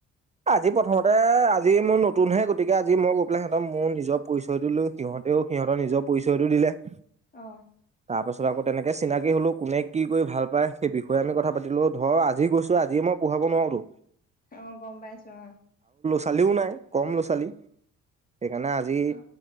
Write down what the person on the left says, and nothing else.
আঁহ
অ গম পাইছো অ
অ